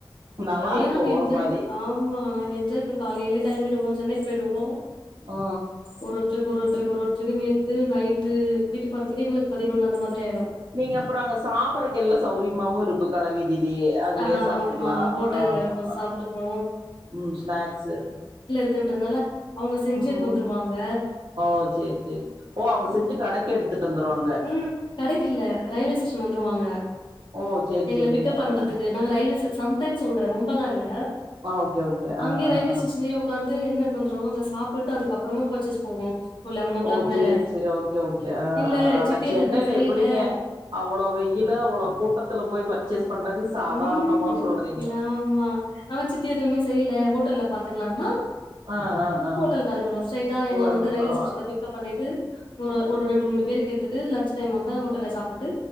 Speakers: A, on the right (about 70°); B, on the left (about 60°).
A: நல்லாருக்கும்
B: அதே நாங்க
A: ஒரு
B: என்ஜாய்
A: மாரி.
B: ஆமா நாங்க என்ஜாய் காலையிலே கெளம்பிடுவோ சென்னைக்கு போயிடுவோ
A: ஓ
B: ஒரு ஒருத்தருக்கு ஒரு ஒருத்தருக்கு ஒரு ஒருத்தருக்கு நேத்து நைட்டு வீட்டுக்கு போறதுக்கே எங்களுக்கு பதினொன்னு அந்த மாரி ஆயிடு
A: நீங்க அப்றொ அங்க சாப்பறக்கு எல்லா சௌரியமாவு இருக்கு கடவீதிலயே அங்கயே
B: ஆமா
A: சாப்டுக்கலா
B: ஹோட்டல்ல
A: ஆம்மா
B: இருக்கோ
A: ஆ
B: சாப்ட்டுப்போ
A: ம் ஸ்நாக்ஸு
B: இருக்கின்றதுநால்ல அவங்க செஞ்சு
A: ம்
B: எடுத்து வந்துருவாங்க
A: ஓ சேரி சேரி ஓ அவங்க செஞ்சு கடைக்கு எடுத்துட்டு வந்துருவாங்
B: ம் கடைக்குல்ல ரயில்வே ஸ்டேஷன் வந்துருவாங்க
A: ஓ சேரி
B: எங்கள
A: சேரிங்க
B: பிக்கப் பண்றதுக்கு
A: ஆ
B: நாங்க ரயில்வே ஸ்ஸ் சம் டைம் சொல்றே ரொம்பலா இல்ல
A: ஆ ஓகே ஓகே ஆ
B: அங்கே
A: ஆ
B: ரயில்வே
A: ஆ
B: ஸ்டேஷன் லயே ஒக்காந்து என்ன எடுத்து வந்துருவா அத சாப்பிட்டு அதுக்கப்புறமா பர்ச்சேஸ் போவோ ஒரு லெவன்
A: ஓ
B: கிளாக்
A: சேரி
B: மேல
A: சேரி ஓகே ஓகே ஆ
B: இல்ல
A: ஆ ஆனா
B: சித்தி
A: சென்னையில
B: எதுவுமே செய்யல
A: எப்படிங்க அவ்ளோ வெயிலு அவ்வளோ கூட்டத்துல போய் பர்ச்சேஸ் பண்றது சாதாரணமா
B: ம்
A: சொல்றீங்க
B: ஆமா ஆனா சித்தி எதுவுமே செய்யல ஹோட்டல்ல பாத்துக்கலானா
A: ஆ ஆ ஆ
B: ஹோட்டல் கெளம்பிடுவோ ஸ்ட்ரைட்டா
A: போறதுனா
B: எங்கள வந்து ரயில்வே
A: பரவால்ல
B: ஸ்டேஷன்ல பிக்கப் பண்ணிட்டு ஒரு ஒரு ரெண்டு மூணு பேருக்கு எடுத்துட்டு லன்ச் டைம் வந்தா ஹோட்டல்ல சாப்பிட்டுட்டு